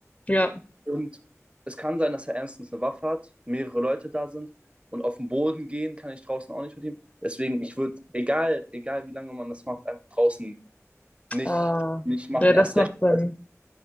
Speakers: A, on the left; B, on the right.
A: Ja.
B: Und es kann sein, dass er ernstens eine Waffe hat, mehrere Leute da sind und auf den Boden gehen kann ich draußen auch nicht mit ihm. Deswegen, ich würde, egal, egal wie lange man das macht, einfach draußen nicht,
A: Ah.
B: nicht machen.
A: Ja, das
B: Erst
A: macht
B: recht,
A: Sinn.
B: als-